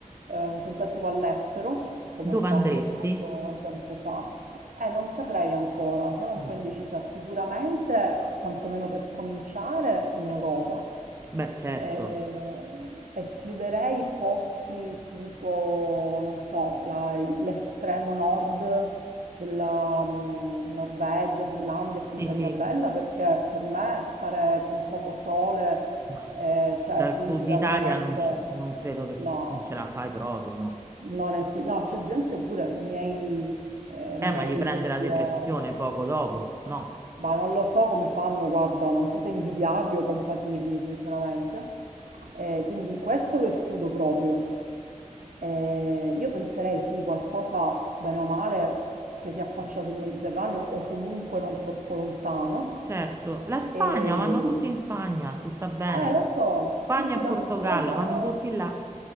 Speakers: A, on the right; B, on the right.
A: eh, un tentativo all'estero, come
B: Dove
A: ho fatto
B: andresti?
A: appunto tempo fa, e non saprei ancora, sono un
B: Mm,
A: po' indecisa, sicuramente, quantomeno per cominciare, in Europa.
B: Beh, certo,
A: Eh, escluderei posti tipo, non so, la- l'estremo nord della mm, Norvegia, Finlandia e compagnia
B: sì, sì,
A: bella, perché per me stare con poco sole,
B: No,
A: eh, cioè,
B: dal
A: significa
B: sud Italia
A: veramente...
B: non, ce- non credo che s-
A: No,
B: non ce la fai proprio, no.
A: non esiste. No, c'è gente pure, miei, eh,
B: Eh,
A: miei,
B: ma gli prende
A: come
B: la
A: dire,
B: depressione poco dopo, no?
A: ma non lo so come fanno, guarda, non so se invidiarli o compatirli, sinceramente. Eh, quindi questo lo escludo proprio. Eh, io penserei sì, qualcosa bene o male che si affaccia sul Mediterraneo o comunque non troppo lontano.
B: Certo, la Spagna,
A: E-
B: vanno tutti in Spagna, si sta bene.
A: Eh, lo so,
B: Spagna
A: sì, sì,
B: e Portogallo,
A: la Spagna.
B: vanno tutti là.